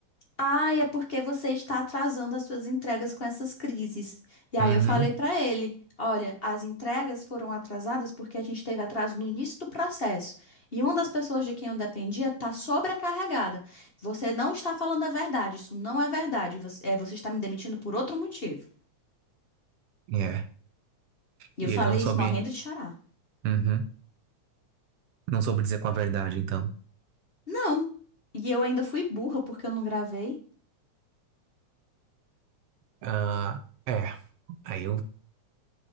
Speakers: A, on the left; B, on the right.
A: Ai, é porque você está atrasando as suas entregas com essas crises. E aí
B: uhum,
A: eu falei para ele, olha, as entregas foram atrasadas porque a gente teve atraso no início do processo. E uma das pessoas de quem eu dependia está sobrecarregada. Você não está falando a verdade, isso não é verdade. Você, é, você está me demitindo por outro motivo.
B: é.
A: E
B: E
A: eu falei
B: ele não soube,
A: isso morrendo de chorar.
B: uhum, não soube dizer com a verdade, então.
A: Não. E eu ainda fui burra porque eu não gravei.
B: Ah, é, aí eu,